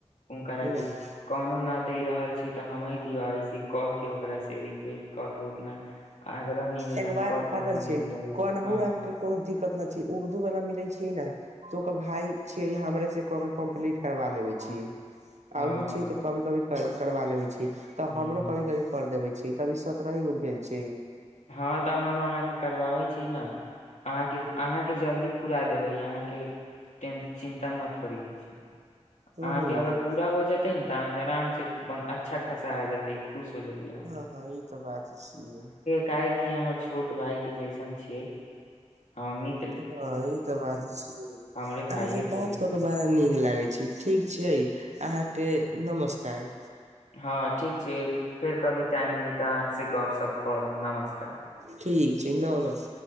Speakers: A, on the left (about 80°); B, on the right (about 75°).
A: हुंकारा
B: ह
A: के। कौनो न दे रहल छी तऽ हम दियाबै छी कह के ओकरा से। <unintelligible> आग्रह निवेदन
B: एगो बात
A: कऽ
B: पता
A: के <unintelligible>
B: छै कन्हौराम के कोनो दिक्कत नहि छैय उर्दू वाला मिलै छैय ने। तऽ ओकर भाय छि हमरासे क के कम्प्लीट करबा लेबे छी आ
A: हँ
B: ओ छैय तऽ कभी कभी करबा लेबे छी तऽ
A: ह्म
B: हमरो कभी कभी कर देबे छी तभी सतरहेगो भेल छैय।
A: हँ तऽ हम अहाँके करवाबै छी ने अहाँके अहाँके जल्दी पूरा देबै आहा के चिंता मत करीयौ
B: ह
A: आहाके
B: ह
A: अगर पूरा हो <unintelligible> जेतैन न तऽ अहाँ के आराम से अच्छा खासा आ जेतै खुश <unintelligible> अहाँके
B: हँ हँ ई तऽ बात छियै
A: काहे कि हमर छोट भाई के जैसन छियै हमर मित
B: हँ ई तऽ बात छियै
A: हमरे भाइये
B: अहाँ से
A: भेल
B: बात कऽ के बड़ा नीक लागे छैय ठीक छैय अहाँके नमस्कार।
A: हँ ठीक छैय फेर कभी टाइम मिलतै तऽ अहाँ से गपशप करब नमस्कार।
B: ठीक छैय नमस